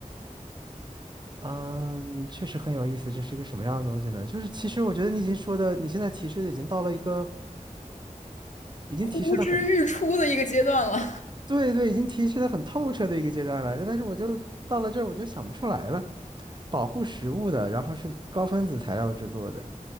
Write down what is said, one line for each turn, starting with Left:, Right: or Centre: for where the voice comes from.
Right: 嗯，确实很有意思。这是个什么样的东西呢？就是其实我觉得你已经说的，你现在提示的已经到了一个已经提示的很
Left: 呼之欲出的一个阶段了。
Right: 对对，已经提示的很透彻的一个阶段了。但是我就到了这儿，我就想不出来了。保护食物的，然后是高分子材料制作的。